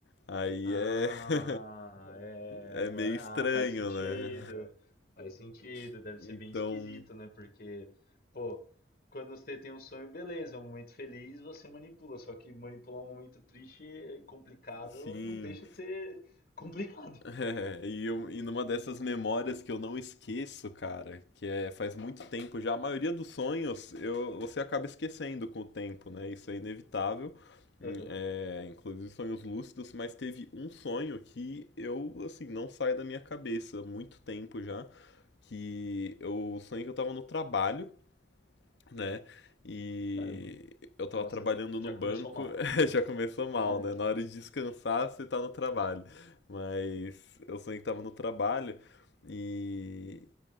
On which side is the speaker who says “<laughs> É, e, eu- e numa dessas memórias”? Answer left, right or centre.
Left